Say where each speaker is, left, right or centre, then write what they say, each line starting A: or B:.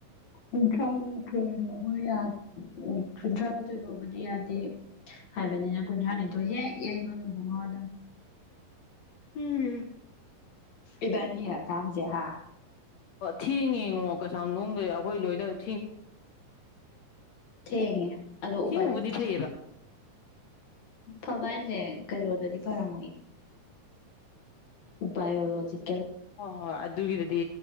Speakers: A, on the left; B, on the left.
A: ꯀꯨꯟꯊ꯭ꯔꯥ ꯃꯥꯊꯣꯏ ꯐꯥꯎꯕ ꯌꯥ ꯀꯨꯟꯊ꯭ꯔꯥ ꯃꯥꯊꯣꯏ ꯐꯥꯎꯕꯗꯤ ꯌꯥꯗꯦ ꯍꯥꯏꯕꯅꯤꯅ ꯀꯨꯟꯊ꯭ꯔꯥꯅꯤꯊꯣꯏ ꯍꯦꯛ ꯌꯩꯕ ꯍꯣꯡꯉꯛ ꯑꯗꯕꯅꯦ
B: ꯎꯝ
A: ꯏꯕꯥꯅꯤ ꯍꯀꯥꯝꯖꯦ ꯍꯥꯥ
B: ꯊꯦꯡ ꯉꯦꯉꯣ ꯀꯩꯁꯥꯝꯊꯣꯡꯗꯩ ꯑꯩꯈꯣꯏ ꯂꯣꯏꯅ <inaudible>
A: ꯊꯦꯡꯉꯦ ꯑꯗꯣ
B: ꯊꯦꯡꯉꯨꯕꯨꯗꯤ
A: ꯎꯄꯥꯏ ꯂꯩꯇꯦ
B: ꯐꯩꯌꯦꯕ
A: ꯐꯕ ꯍꯥꯏꯁꯦ ꯀꯩꯅꯣꯗꯗꯤ ꯐꯔꯝꯃꯣꯏ ꯕꯥꯏꯑꯣꯂꯣꯖꯤꯛ
B: ꯍꯣꯏ ꯍꯣꯏ ꯑꯗꯨꯒꯤꯗꯗꯤ